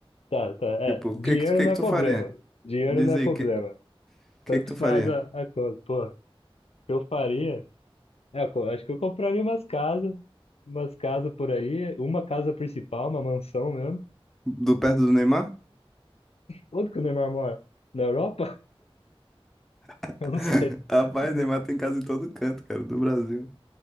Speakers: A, on the left (about 90°); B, in the centre.
A: Tá, tá, é.
B: Tipo, o
A: Dinheiro
B: que que, tu- que
A: não
B: que
A: é
B: tu
A: problema.
B: faria?
A: Dinheiro
B: Diz
A: não é
B: aí,
A: problema.
B: o que, que
A: Tanto
B: que tu faria?
A: faz a, a coisa. Pô, que eu faria? É, eu co- acho que eu compraria umas casas, umas casas por aí, uma casa principal, uma mansão mesmo.
B: Do perto do Neymar?
A: Onde que o Neymar mora? Na Europa? <laughs>
B: <laughs>
A: Eu não sei,
B: Rapaz,
A: não
B: Neymar
A: sei,
B: tem casa em todo canto, cara, do Brasil.